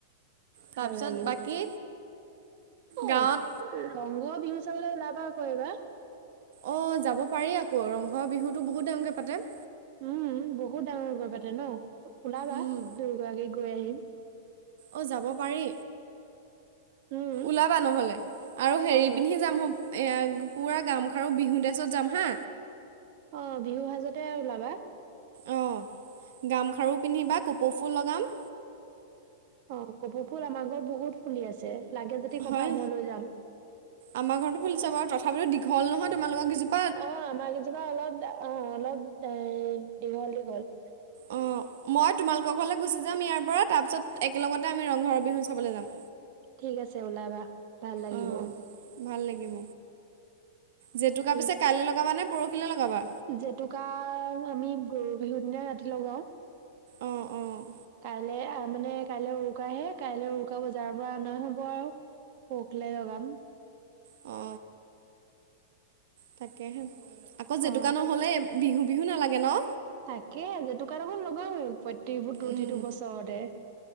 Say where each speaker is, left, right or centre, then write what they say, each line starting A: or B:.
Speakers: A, on the right; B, on the right.
A: তাৰপিছত
B: ভাল লাগিল।
A: বাকী
B: অ
A: গাঁৱত
B: ৰংগ বিহু চাবলে ওলাবা ক এইবাৰ,
A: অ' যাব পাৰি আকৌ ৰংঘৰ বিহুতো বহুত ডাঙৰকে পাতে।
B: উম বহুত ডাঙৰ গৈ পাতে ন, ওলাবা
A: উম
B: দুইগৰাকী গৈ আহিম।
A: অঁ যাব পাৰি,
B: উম
A: ওলাবা নহ'লে, আৰু হেৰি
B: অ
A: পিন্ধি যাম এয়া পুৰা গামখাৰু বিহু ডেছত যাম হা।
B: অ বিহুৰ সাজতে ওলাবা।
A: অঁ গামখাৰু পিন্ধিবা কপৌফুল লগাম,
B: অ' কপৌ ফুল আমাৰ ঘৰত বহুত ফুলি আছে লাগে যদি কবা
A: হয়
B: মই লৈ যাম।
A: আমাৰ ঘৰতো ফুলিছে বাৰু তথাপিতো দীঘল নহয় তোমালোকৰ গিযোপ,
B: অ আমাৰ গীজোপা অলপ অ অলপ দীঘল দীঘল,
A: অঁ মই তোমালোকৰ ঘৰলৈ গুচি যাম ইয়াৰ পৰা তাৰপিছত একেলগতে আমি ৰংঘৰৰ বিহু চাবলৈ যাম।
B: ঠিক আছে ওলাবা ভাল লাগিব।
A: অঁ ভাল লাগিব। জেতুকা
B: ঠিক
A: পিছে কাইলৈ লগাবা নে পৰহিলৈ লগাবা,
B: জেতুকা আমি গৰু বিহুৰ দিনাই ৰাতি লগাও,
A: অঁ অঁ
B: কাইলৈ মানে কাইলৈ উৰুকাহে কাইলৈ উৰুকা বজাৰৰ পৰা অনা হ'ব আৰু। পখিলে লগাম।
A: অ তাকেহে, আকৌ জেতুকা
B: অ
A: নহ'লে বিহু বিহু নালাগে ন
B: তাকে জেতুকা দেখুন লগাওৱে প্ৰতেক প্ৰতিটো
A: উম।
B: বছৰতে।